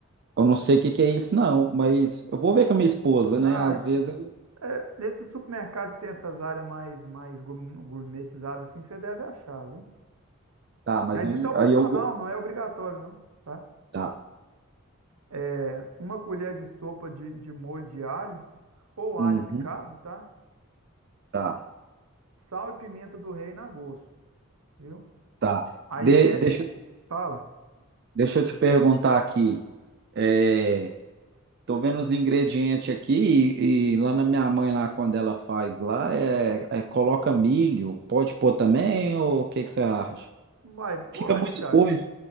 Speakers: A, on the right; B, on the right.
A: Eu não sei o que que é isso, não, mas eu vou ver com a minha esposa, né?
B: Ah,
A: Às vezes ela
B: é, é, nesse supermercado que tem essas áreas mais, mais gourm- gourmetizadas assim, você deve achar, viu?
A: tá, mas
B: Mas
A: aí,
B: isso é opcional,
A: aí eu vou.
B: não é obrigatório, não, tá?
A: Tá.
B: É, uma colher de sopa de, de molho de alho, ou alho
A: Uhum,
B: picado, tá?
A: tá,
B: Sal e pimenta do reino a gosto, viu?
A: tá.
B: Aí
A: De-
B: é,
A: deixa,
B: fala,
A: deixa eu te perguntar aqui. É, tô vendo os ingredientes aqui e, e lá na minha mãe, lá quando ela faz lá, é, é coloca milho. Pode pôr também, ou o que que você acha?
B: vai, pode,
A: Fica muita
B: cara,
A: coisa.